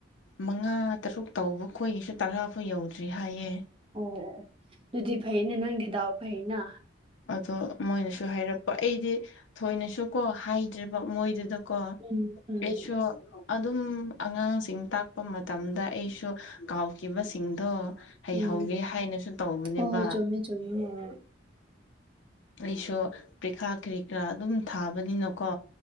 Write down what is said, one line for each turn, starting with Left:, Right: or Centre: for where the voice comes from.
Left: ꯃꯉꯥ ꯇꯔꯨꯛ ꯇꯧꯕ ꯈꯣꯏꯒꯤꯁꯨ ꯇꯔꯥ ꯌꯨꯗ꯭ꯔꯤ ꯍꯥꯏꯌꯦ
Right: ꯑꯣ ꯑꯣ ꯑꯗꯨꯗꯤ ꯐꯩꯅꯦ ꯅꯪꯗꯤ ꯗꯥꯎ ꯐꯩꯅ
Left: ꯑꯗꯣ ꯃꯣꯏꯅꯁꯨ ꯍꯥꯏꯔꯛꯄ ꯑꯩꯗꯤ ꯊꯣꯏꯅꯁꯨ ꯀꯣ ꯍꯥꯏꯗ꯭ꯔꯦꯕ ꯃꯣꯏꯗꯨꯗ ꯀꯣ
Right: ꯎꯝ ꯎꯝ
Left: ꯑꯩꯁꯨ ꯑꯗꯨꯝ ꯑꯉꯥꯡꯁꯤꯡ ꯇꯥꯛꯄ ꯃꯇꯝꯗ ꯑꯩꯁꯨ ꯀꯥꯎꯈꯤꯕꯁꯤꯡꯗꯣ ꯍꯩꯍꯧꯒꯦ
Right: ꯎꯝ
Left: ꯍꯥꯏꯅꯁꯨ ꯇꯧꯕꯅꯦꯕ
Right: ꯍꯣꯏ <unintelligible>
Left: ꯑꯩꯁꯨ ꯄ꯭ꯔꯤꯈꯥ ꯀꯔꯤ ꯀꯔꯥ ꯑꯗꯨꯝ ꯊꯥꯕꯅꯤꯅꯀꯣ